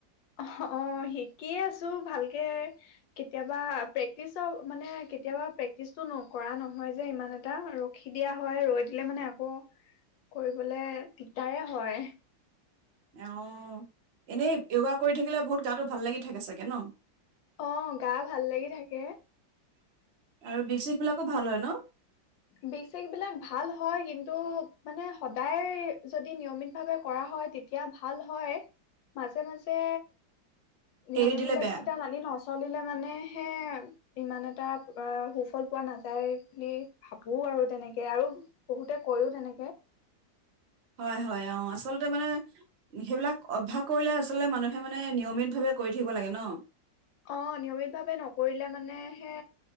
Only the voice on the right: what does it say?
অহ, এনেই যোগা কৰি থাকিলে বহুত গাতো ভাল লাগি থাকে চাগে ন'?
আৰু বিষ চিষ বিলাকো ভাল হয় ন'?
এৰি
দিলে বেয়া,
হয় হয় অহ, আচলতে মানে সেইবিলাক অভ্যাস কৰিলে আচলতে মানুহে মানে নিয়মিতভাৱে কৰি থাকিব লাগে ন'।